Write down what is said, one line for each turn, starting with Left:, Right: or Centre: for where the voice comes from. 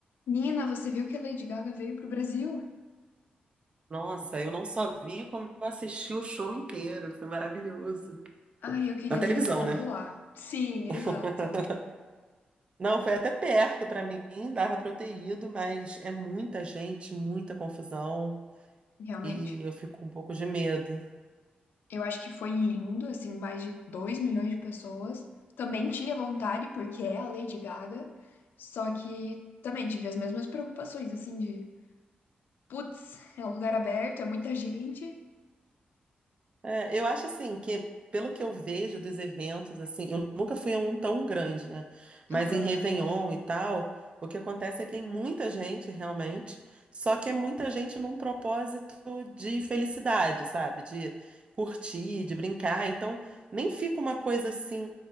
Left: Nina, você viu que a Lady Gaga veio pro Brasil?
Right: Nossa, eu não só vi como eu assisti o show inteiro. Foi maravilhoso.
Left: Ai, eu queria
Right: Na televisão,
Left: ter estado
Right: né?
Left: lá. Sim,
Right: <laughs>
Left: exato.
Right: Não, foi até perto pra mim, dava pra eu ter ido, mas é muita gente, muita confusão
Left: Realmente.
Right: e eu fico com um pouco de medo.
Left: Eu acho que foi lindo, assim, mais de 2 milhões de pessoas. Também tinha vontade, porque é a Lady Gaga. Só que também tive as mesmas preocupações, assim, de putz, é um lugar aberto, é muita gente.
Right: É, eu acho assim que, pelo que eu vejo dos eventos, assim, eu nunca fui a um tão grande, né? Mas
Left: Aham.
Right: em Réveillon e tal, o que acontece é que tem muita gente realmente, só que é muita gente num propósito de felicidade, sabe? De curtir, de brincar. Então, nem fica uma coisa assim